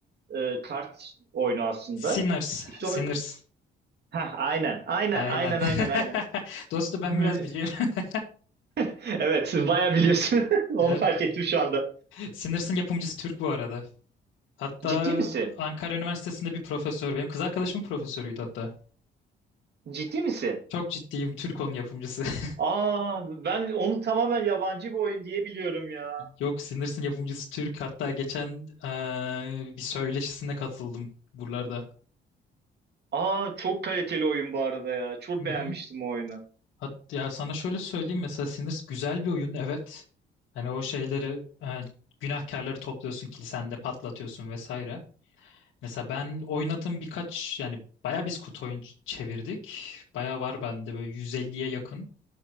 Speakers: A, on the right (about 55°); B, on the left (about 80°).
A: Ee, kart oyunu aslında.
B: Sinners.
A: İşte
B: Sinners.
A: o... Heh, aynen. Aynen.
B: Aynen.
A: Aynen.
B: <laughs>
A: Aynen.
B: Dostum ben
A: Aynen.
B: biraz biliyorum. <laughs>
A: <laughs> Evet, bayağı biliyorsun. <laughs> Onu
B: Evet.
A: fark ettim şu anda.
B: Sinners'ın yapımcısı Türk bu arada. Hatta
A: Ciddi misin?
B: Ankara Üniversitesi'nde bir profesör. Benim kız arkadaşımın profesörüydü hatta.
A: Ciddi misin?
B: Çok ciddiyim. Türk onun yapımcısı. <laughs>
A: Aa, ben onu tamamen yabancı bir oyun diye biliyorum ya.
B: Yok Sinners'ın yapımcısı Türk. Hatta geçen eee, bir söyleşisine katıldım buralarda.
A: Aa, çok kaliteli oyun bu arada ya. Çok
B: Hı
A: beğenmiştim
B: hı.
A: o oyunu.
B: Hat ya sana şöyle söyleyeyim mesela Sinners güzel bir oyun evet. Hani o şeyleri eee, günahkarları topluyorsun kilisende patlatıyorsun vesaire. Mesela ben oynadığım birkaç yani bayağı biz kutu oyun ç- çevirdik. Bayağı var bende böyle 150'ye yakın.